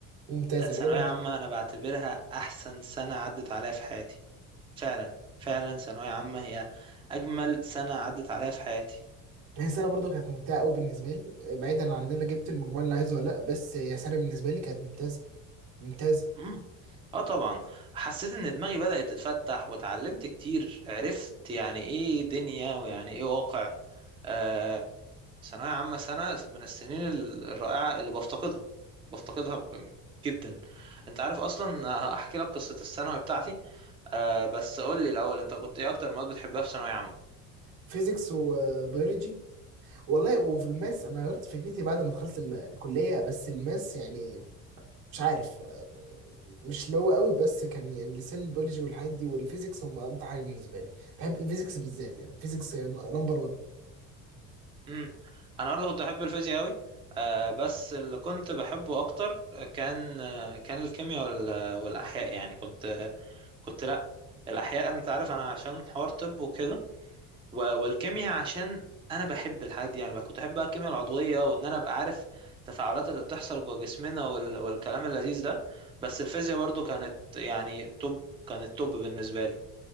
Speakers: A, on the right (about 80°); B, on the right (about 15°).
A: ممتازه
B: ثانوية
A: بعيدا
B: عامة أنا بعتبرها أحسن سنة عدت عليا في حياتي فعلا فعلا ثانوية عامة هي أجمل سنة عدت عليا في حياتي
A: هي سنه برضو كانت ممتعه قوي بالنسبه لي بعيدا عن ان انا جبت المجموع اللي عايزه ولا لا بس هي سنه بالنسبه لي كانت ممتازه ممتازه
B: مم. اه طبعا حسيت ان دماغي بدأت تتفتح وتعلمت كتير عرفت يعني ايه دنيا ويعني ايه واقع آه، ثانوية عامة سنة من السنين ال- الرائعة اللي بفتقدها بفتقدها ب- جدا انت عارف اصلا هحكي لك قصة الثانوي بتاعتي آه، بس قول لي الاول انت كنت ايه اكتر مواد بتحبها في ثانوية عامة
A: فيزيكس وبيولوجي والله وفي الماس انا غيرت فكرتي بعد ما دخلت ال- الكليه بس الماس يعني مش عارف آه، مش اللي هو قوي بس كان يعني لسان البيولوجي والحاجات دي والفيزيكس هم امتع حاجه بالنسبه لي بحب الفيزيكس بالذات يعني الفيزيكس نمبر 1
B: امم انا برضه كنت بحب الفيزياء قوي آه بس اللي كنت بحبه اكتر كان آه كان الكيمياء وال- والاحياء يعني كنت كنت لا الاحياء انت عارف انا عشان حوار طب وكده و- والكيمياء عشان انا بحب الحاجات دي يعني بقى كنت احب بقى الكيمياء العضويه وان انا ابقى عارف التفاعلات اللي بتحصل جوه جسمنا وال والكلام اللذيذ ده بس الفيزياء برضه كانت يعني توب كانت توب بالنسبه لي